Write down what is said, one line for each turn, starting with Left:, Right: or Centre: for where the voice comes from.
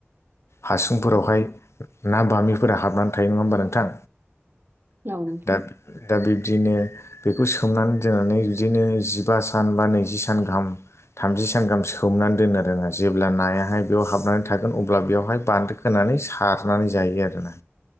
Left: हासुंफोरावहाय
Right: औ नोंथां
Left: ना बामिफोरा हाबनानै थायो नङा होमबा नोंथां
Right: औ नोंथां
Left: दा दा बिब्दिनो बेखौ सोमनानै दोननानै बिदिनो जिबा सान बा नैजि सान गाहाम थामजि सान गाहाम सोमनानै दोनो आरोना जेब्ला नायाहाय बेयाव हाबनानै थागोन अब्ला बेवहाय बान्दो खोनानै सारनानै जायो आरोना